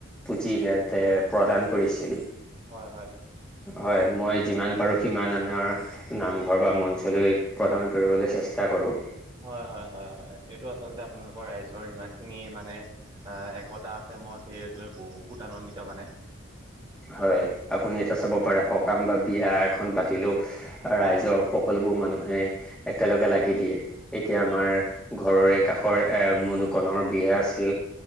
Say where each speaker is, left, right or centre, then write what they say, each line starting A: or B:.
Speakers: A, in the centre; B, on the right.
A: পুঁজি সিহঁতে প্ৰদান কৰিছিল
B: হয় হয়
A: হয় মই যিমান পাৰো সিমান আমাৰ নামঘৰ বা মঞ্চলৈ প্ৰদান কৰিবলৈ চেষ্টা কৰোঁ
B: হয় হয় হয় হয় এইটো আচলতে আপোনালোকৰ ৰাইজৰ ইমান খিনি মানে আ একতা আছে মই সেইয়ক লৈ বহুত আনন্দিত মানে।
A: হয় আপুনি এটা চাব পাৰে সকাম বা বিয়া এখন পাতিলেও ৰাইজৰ সকলো বোৰ মানুহে একেলগে লাগি দিয়ে এতিয়া আমাৰ ঘৰৰে কাষৰে এ মুণু ক নৰ বিয়া আছিল